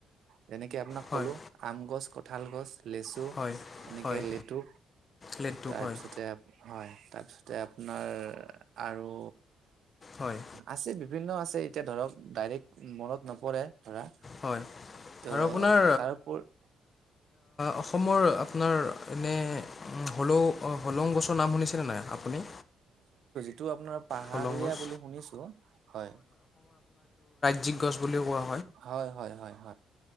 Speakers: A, on the right; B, on the left.
A: যেনেকে আপোনাক
B: হয়
A: ক'লো আম গছ ক- কঁঠাল গছ লেচু
B: হয়
A: এনেকে
B: হয়
A: লেতু
B: লেটুক
A: তাৰপিছতে
B: হয়
A: হয় তাৰপিছতে আপোনাৰ আৰু
B: হয়
A: আছে বি- বিভিন্ন আছে এতিয়া ধৰক ডাইৰেক্ট মনত নপৰে। ধৰা
B: হয়
A: ত
B: আৰু আপোনাৰ
A: তাৰউপৰ-
B: অসমৰ আপোনাৰ এনে হলো অ হলং গছৰ নাম শুনিছেনে নাই আপুনি
A: এইটো আপোনাৰ পাহাৰীয়া
B: হলং গছ
A: বুলি শুনিছো হয়।
B: যি গছ বুলি কোৱা
A: হয় হয় হয়